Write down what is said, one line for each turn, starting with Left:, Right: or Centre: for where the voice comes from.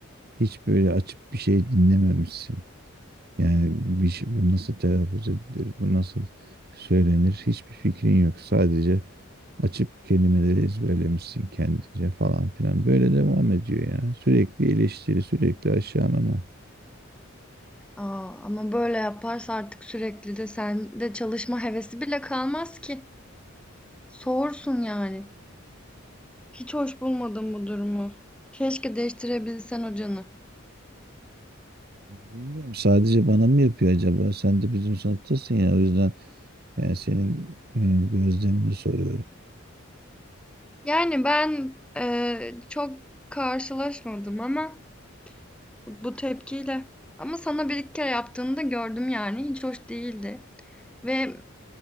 Right: Hiç böyle açıp bir şey dinlememişsin. Yani bir şey, bu nasıl telaffuz edilir, bu nasıl söylenir hiçbir fikrin yok. Sadece açıp kelimeleri ezberlemişsin kendince falan filan. Böyle devam ediyor ya. Sürekli eleştiri, sürekli aşağılama.
Centre: Aa, ama böyle yaparsa artık sürekli de sende çalışma hevesi bile kalmaz ki. Soğursun yani. Hiç hoş bulmadım bu durumu. Keşke değiştirebilsen hocanı.
Right: Bilmiyorum sadece bana mı yapıyor acaba? Sen de bizim sınıftasın ya o yüzden yani senin e, gözlemini soruyorum.
Centre: Yani ben eee, çok karşılaşmadım ama bu, bu tepkiyle. Ama sana bir iki kere yaptığını da gördüm yani. Hiç hoş değildi. Ve